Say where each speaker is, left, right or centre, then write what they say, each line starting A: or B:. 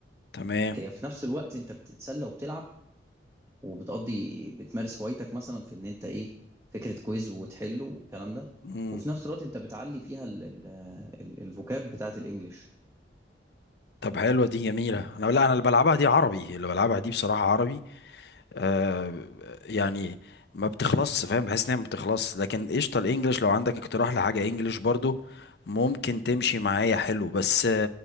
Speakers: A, on the left; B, on the right.
A: تمام
B: هي في نفس الوقت أنت بتتسلى وبتلعب وبتقضي بتمارس هوايتك مثلا في إن أنت إيه فكرة كويز وتحله والكلام ده
A: امم
B: وفي نفس الوقت أنت بتعلي فيها ال- ال- ال- الفوكاب بتاعت الإنجليش
A: طب حلوة دي جميلة انا لا انا اللي بلعبها دي عربي اللي بلعبها دي بصراحة عربي آه يعني ما بتخلصش فاهم بحس انها ما بتخلصش لكن قشطة الانجليش لو عندك اقتراح لحاجة انجليش برضو ممكن تمشي معايا حلو بس